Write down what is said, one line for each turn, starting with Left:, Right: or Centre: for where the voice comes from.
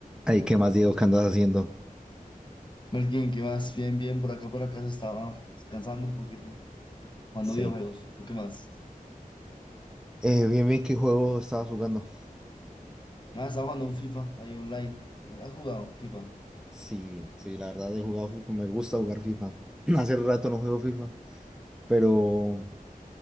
Centre: Ay, ¿qué más, Diego? ¿Qué andas haciendo?
Left: Más bien, ¿qué más? Bien, bien, por acá, por acá se estaba descansando un poquito, jugando
Centre: Sí,
Left: videojuegos. ¿Tú qué más?
Centre: Eh, bien, bien, ¿qué juego estabas jugando?
Left: Nada, estaba jugando un FIFA ahí online. ¿Has jugado FIFA?
Centre: Sí, sí, la verdad he jugado FIFA, me gusta jugar FIFA. <clears throat> Hace rato no juego FIFA, pero,